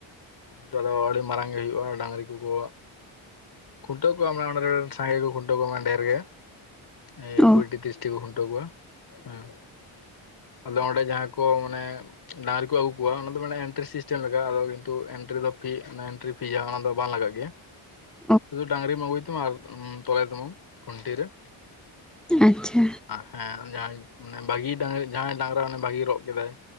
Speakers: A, on the left; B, in the centre.
A: ᱦᱮᱛᱚ ᱟᱫᱚ ᱟᱹᱰᱤ ᱢᱟᱨᱟᱝ ᱜᱮ ᱦᱩᱭᱩᱜᱼᱟ ᱰᱟᱝᱨᱤ ᱠᱚᱠᱚ ᱠᱷᱩᱱᱴᱟᱹᱣ ᱚᱸᱰᱮ ᱨᱮᱱ ᱥᱟᱸᱜᱮ ᱠᱚ ᱠᱷᱩᱱᱴᱟᱹᱣ ᱠᱚᱣᱟ ᱰᱷᱮᱨ ᱜᱮ ᱮ
B: ᱚ
A: ᱠᱩᱲᱤᱴᱤ ᱛᱨᱤᱥᱴᱤ ᱠᱚ ᱠᱷᱩᱱᱴᱟᱹ ᱠᱚᱣᱟ ᱦᱮᱸ ᱟᱫᱚ ᱚᱸᱰᱮ ᱡᱟᱦᱟᱸ ᱠᱚ ᱢᱟᱱᱮ ᱰᱟᱝᱨᱤ ᱠᱚ ᱟᱹᱜᱩ ᱠᱚᱣᱟ ᱚᱱᱟ ᱫᱚ ᱢᱟᱱᱮ ᱮᱱᱴᱨᱤ ᱥᱤᱥᱴᱮᱢ ᱞᱟᱜ ᱟᱫᱚ ᱠᱤᱱᱛᱩ ᱮᱱᱴᱨᱤ ᱫᱚ ᱯᱷᱤ ᱮᱱᱴᱨᱤ ᱯᱷᱤ ᱡᱟᱦᱟᱸ ᱚᱱᱟ ᱫᱚ ᱵᱟᱝ ᱞᱟᱜᱟᱜ ᱜᱮᱭᱟ
B: ᱦᱮ
A: ᱥᱩᱫᱩ ᱰᱟᱝᱨᱤᱢ ᱟᱹᱜᱩᱭ ᱛᱟᱢᱟ ᱟᱨ ᱛᱚᱞᱮ ᱛᱟᱢᱟ ᱠᱷᱩᱱᱴᱤ ᱨᱮ
B: ᱟᱪᱷᱟ
A: ᱦᱮᱸ ᱡᱟᱦᱟᱸᱭ ᱵᱷᱟᱹᱜᱤ ᱡᱟᱦᱟᱸᱭ ᱰᱟᱝᱨᱟ ᱵᱷᱟᱜᱤ ᱨᱚᱜ ᱠᱮᱫᱟᱭ